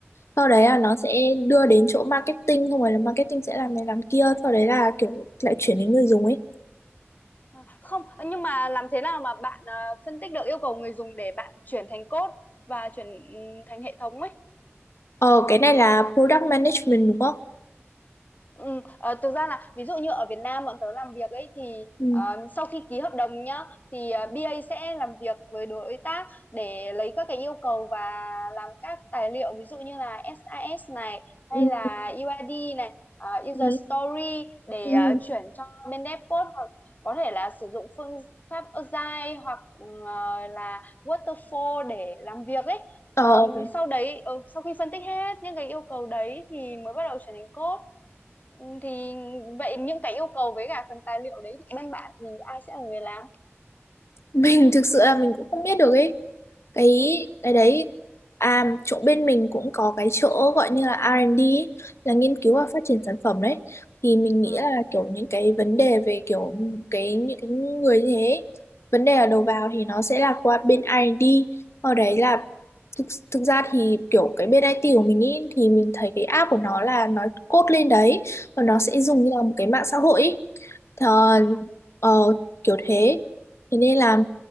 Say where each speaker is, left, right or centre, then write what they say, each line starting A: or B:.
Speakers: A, on the left (about 70°); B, on the left (about 35°).
A: sau đấy là
B: Ờ,
A: nó sẽ đưa đến chỗ marketing không phải là marketing sẽ làm này làm kia sau đấy là kiểu lại chuyển đến người dùng ấy
B: ờ. không, nhưng mà làm thế nào mà bạn ờ, phân tích được yêu cầu người dùng để bạn chuyển thành code và chuyển ừ, thành hệ thống ấy?
A: ờ cái này là product management đúng không
B: Ừm, ờ, thực ra là ví dụ như ở Việt Nam bọn tớ làm việc ấy thì
A: ừ.
B: ờ, sau khi ký hợp đồng nhá thì ờ, BA sẽ làm việc với đối tác để lấy các cái yêu cầu và làm các tài liệu ví dụ như là SAS này
A: Ừ.
B: hay là UID này ờ,
A: Ừ.
B: user story để
A: Ừ.
B: ờ, chuyển cho bên dev code hoặc có thể là sử dụng phương pháp Agile hoặc ừ, ờ, là Waterfall để làm việc ấy.
A: Ờ,
B: Ờ,
A: ok.
B: sau đấy ờ, sau khi phân tích hết những cái yêu cầu đấy thì mới bắt đầu chuyển thành code Ừ, thì vậy những cái yêu cầu với cả phần tài liệu đấy thì bên bạn thì ai sẽ là người làm
A: mình thực sự là mình cũng không biết được ấy cái
B: ừ
A: cái đấy à chỗ bên mình cũng có cái chỗ gọi như là R&D ấy, là nghiên cứu
B: ừ
A: và phát triển sản phẩm đấy thì mình nghĩ
B: à
A: là kiểu những cái vấn đề về kiểu cái những cái người như thế ấy, vấn đề ở đầu
B: ừ
A: vào thì nó sẽ là qua bên R&D ở đấy là thực, thực ra thì kiểu cái bên IT của mình ý, thì mình thấy cái app của nó là nó code lên đấy và nó sẽ dùng
B: ừ
A: như là một cái mạng xã hội ý. Thờ,
B: à
A: ờ, kiểu thế thế nên là
B: ừ